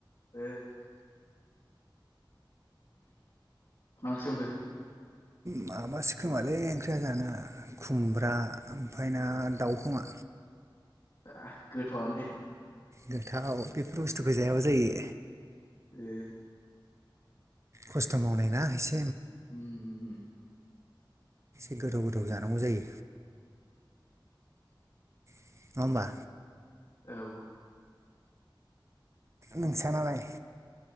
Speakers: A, on the left; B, on the right.
A: ओ मा ओंख्रि संखो
B: माबा सो खोमालै ओंख्रिया जाना खुमब्रा ओमफ्राय ना दाउखोमा
A: आ गोथावानोदे
B: गोथाव बेफोर बुस्थुखौ जायाबा जायो
A: ओ
B: खस्थ' मावनाय ना इसे
A: हम हम हम
B: एसे गोथाव गोथाव जानांगौ जायो नङा होमबा
A: औ
B: नोंसा नालाय